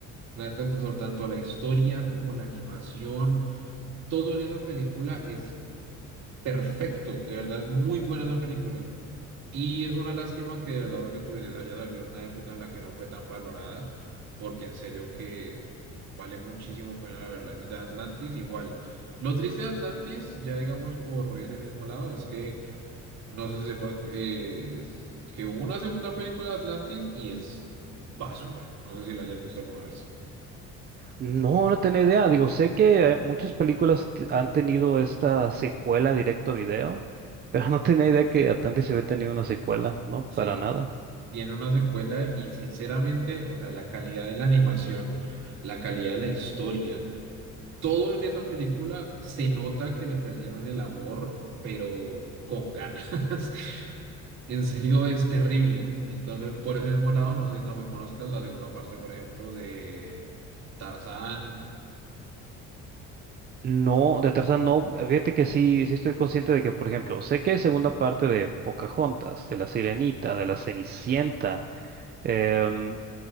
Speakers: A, on the right; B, on the right.
A: El planeta del tesoro, tanto la historia como la animación, todo en esa película es perfecto. De verdad es muy buena esa película. Y es una lástima que de verdad lo que tú dices haya salido en una época en la que no fue tan valorada, porque en serio que vale muchísimo pena verla. Y de Atlantis igual. Lo triste de Atlantis, ya digamos por ese mismo lado, es que no sé si sepas que, es- que hubo una segunda película de Atlantis y es basura. No sé si la hayas visto alguna vez.
B: No, no tenía idea. Digo, sé que eh, muchas películas t- han tenido esta secuela directo a video, pero <laughs> no tenía idea que Atlantis se había tenido una secuela, ¿no?
A: Sí,
B: Para nada.
A: tiene una secuela y sinceramente, o sea, la calidad de la animación, la calidad de la historia, todo en esa película se nota que le perdieron el amor, pero con ganas. <laughs> En serio, es terrible. Entonces, por ese mismo lado, no sé si también conozcas la segunda parte, por ejemplo, de Tarzán.
B: No, de Tarzán no, fíjate que sí, sí estoy consciente de que, por ejemplo, sé que hay segunda parte de Pocahontas, de La Sirenita, de La Cenicienta, em,